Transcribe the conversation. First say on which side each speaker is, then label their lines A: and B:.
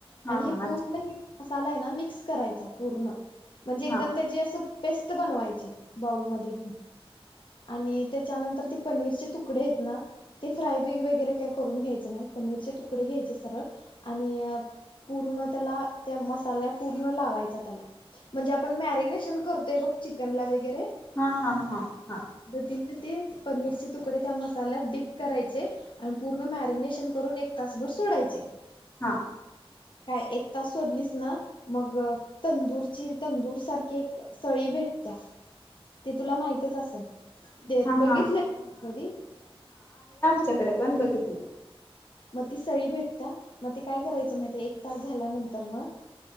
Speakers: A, on the left; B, on the left.
A: हा
B: आणि हे
A: हा
B: पूर्ण
A: अच्छा
B: मसालाय ना मी मिक्स करायचा पूर्ण म्हणजे एकदम
A: हा
B: त्याची असं, पेस्ट बनवायचि बाउलमध्ये घेऊन आणि त्याच्यानंतर ते पनीरचे तुकडे आहेत ना ते फ्राय बि वगैरे का करून घ्यायच नाही पनीरचे तुकडे घ्यायचे सरळ आणि पूर्ण त्याला त्या मसाल्या पूर्ण लावायचा त्याला म्हणजे आपण मॅरनेशन करतोय बघ चिकनला वगैरे
A: हा हा हा हा
B: पद्धतीने ते पनीरचे तुकडे त्या मसाल्यात डिप करायचे आणि पूर्ण मॅरिनेशन करून एक तासभर सोडायचे
A: हा.
B: काय एक तास सोडलीस ना मग तंदूरची तंदूर सारखी एक सळी भेटत्या ते तुला माहितच असल. ते
A: हा
B: बघितलंय
A: हा
B: कधी
A: च्याकडे पण बघितलं.
B: मग ती सळी भेटत्या मग ती काय करायचं माहितीये एक तास झाल्यानंतर म